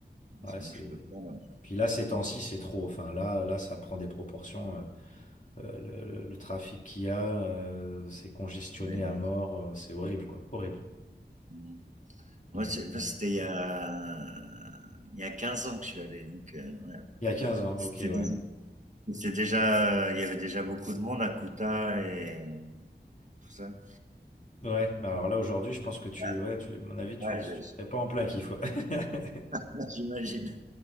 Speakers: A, on the left (about 45°); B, on the right (about 45°).
A: ouais,
B: je- moi,
A: c'est...
B: je peux pas, là-bas.
A: Puis là, ces temps-ci, c'est trop. Enfin, là, là, ça prend des proportions. euh, euh, le, le- le trafic qu'il y a, euh, c'est congestionné
B: Bali.
A: à mort. euh, c'est horrible, quoi. Horrible.
B: Mhm.
A: Mais
B: Moi, c'est-
A: bon.
B: c'était il y a, il y a 15 ans que je suis allé, donc... euh,
A: Il y a 15 ans,
B: C'était
A: ok, ouais.
B: dé c'était déjà, il y avait déjà beaucoup de monde à Kuta et tout ça.
A: Ouais, mais alors là, aujourd'hui, je pense que tu,
B: Ah
A: ouais, tu, à mon avis, tu,
B: ouais,
A: tu
B: je
A: serais pas en plein kiff, ouais. <laughs>
B: <laughs> j'imagine.